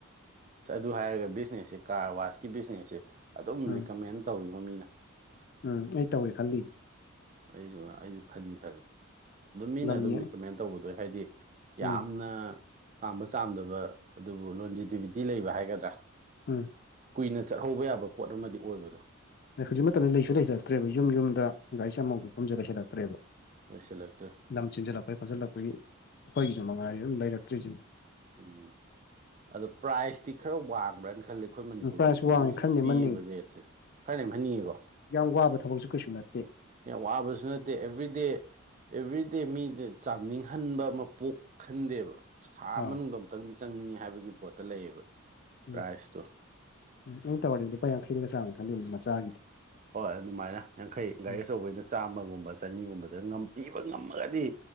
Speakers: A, on the right; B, on the left.
A: ꯑꯁ ꯑꯗꯨ ꯍꯥꯏꯔꯒ ꯕꯤꯖꯤꯅꯦꯁꯁꯦ ꯀꯥꯔꯋꯥꯁꯀꯤ ꯕꯤꯖꯤꯅꯦꯁꯁꯦ ꯑꯗꯨꯝ
B: ꯎꯝ
A: ꯔꯤꯀꯃꯦꯟ ꯇꯧꯋꯤꯕꯣ ꯃꯤꯅ
B: ꯎꯝ ꯑꯩ ꯇꯧꯒꯂ ꯈꯜꯂꯤꯌꯦ
A: ꯑꯩꯁꯨ ꯑꯩꯁꯨ ꯈꯟꯗꯤ ꯈꯜꯂꯤ ꯑꯗꯨꯝ ꯃꯤꯅ
B: ꯂꯝ
A: ꯑꯗꯨꯝ
B: ꯌꯦꯡ
A: ꯔꯤꯀꯃꯦꯟ ꯇꯧꯕꯗ ꯍꯥꯏꯗꯤ
B: ꯎꯝ
A: ꯌꯥꯝꯅ ꯆꯥꯝꯕ ꯆꯥꯝꯗꯕ ꯑꯗꯨꯕꯨ ꯂꯣꯟꯖꯦꯇꯤꯕꯤꯇꯤ ꯂꯩꯕ ꯍꯥꯏꯒꯗ꯭ꯔꯥ
B: ꯎꯝ
A: ꯀꯨꯏꯅ ꯆꯠꯍꯧꯕ ꯌꯥꯕ ꯄꯣꯠ ꯑꯃꯗꯤ ꯑꯣꯏꯕꯗꯣ
B: ꯍꯧꯖꯤꯛ ꯃꯇꯝꯗ ꯂꯩꯁꯨ ꯂꯩꯁꯤꯜꯂꯛꯇ꯭ꯔꯦꯕ ꯌꯨꯝ ꯌꯨꯝꯗ ꯒꯥꯔꯤ ꯆꯥꯝꯕꯝ ꯈꯣꯠꯐꯝꯁꯨ ꯂꯩꯁꯤꯜꯂꯛꯇ꯭ꯔꯦꯕ
A: ꯂꯩꯁꯤꯜꯂꯛꯇ꯭ꯔꯦ
B: ꯂꯝ ꯆꯤꯟꯖꯜꯂꯛꯄꯒꯤ ꯈꯣꯠꯂꯛꯄꯒꯤ ꯑꯩꯈꯣꯏꯒꯤꯁꯨ ꯃꯉꯥꯏꯔꯦ ꯑꯗꯨꯝ ꯂꯩꯔꯛꯇ꯭ꯔꯤꯁꯤꯅꯤ
A: ꯎꯝ ꯑꯗꯣ ꯄ꯭ꯔꯥꯏꯖꯇꯤ ꯈꯔ ꯋꯥꯡꯕ꯭ꯔꯅ ꯈꯜꯂꯤ ꯑꯩꯈꯣꯏ ꯃꯅꯤꯄꯨꯔꯒꯤ
B: ꯄ꯭ꯔꯥꯏꯁ
A: ꯍꯧꯖꯤꯛ
B: ꯋꯥꯡꯉꯦ
A: ꯍꯧꯖꯤꯛ
B: ꯈꯔ ꯅꯦꯝꯍꯟꯅꯤꯡ
A: ꯄꯤꯔꯤꯕ ꯔꯦꯠ ꯈꯔ ꯅꯦꯝꯍꯟꯅꯤꯡꯉꯤꯀꯣ
B: ꯌꯥꯝ ꯋꯥꯕ ꯊꯕꯛꯁꯨ ꯀꯩꯁꯨ ꯅꯠꯇꯦ
A: ꯌꯥꯝ ꯋꯥꯕꯁꯨ ꯅꯠꯇꯦ ꯑꯦꯕ꯭ꯔꯤꯗꯦ ꯑꯦꯕ꯭ꯔꯤꯗꯦ ꯃꯤꯗ ꯆꯥꯝꯅꯤꯡꯍꯟꯕ ꯑꯃ ꯄꯣꯛꯍꯟꯗꯦꯕ ꯑꯁ ꯊꯥ ꯑꯃꯅꯨꯡꯗꯣ
B: ꯑꯥ
A: ꯑꯃꯨꯛꯇꯪꯗꯤ ꯆꯪꯅꯤꯡꯉꯦ ꯍꯥꯏꯕꯒꯤ ꯄꯣꯠꯇ ꯂꯩꯌꯦꯕ
B: ꯎꯝ
A: ꯄ꯭ꯔꯥꯏꯖꯇꯣ
B: ꯎꯝ ꯑꯩ ꯇꯧꯔꯗꯤ ꯂꯨꯄꯥ ꯌꯥꯈꯩꯗꯒ ꯆꯥꯝꯒꯦꯅ ꯈꯜꯂꯤꯕꯅꯤ ꯃꯆꯥꯒꯤꯗꯤ
A: ꯍꯣꯏ ꯑꯗꯨꯃꯥꯏꯅ ꯌꯥꯡꯈꯩ ꯒꯥꯔꯤ
B: ꯎꯝ
A: ꯑꯆꯧꯕꯩꯅ ꯆꯥꯝꯃꯒꯨꯝꯕ ꯆꯅꯤꯒꯨꯝꯕꯗ ꯄꯤꯕ ꯉꯝꯃꯒꯗꯤ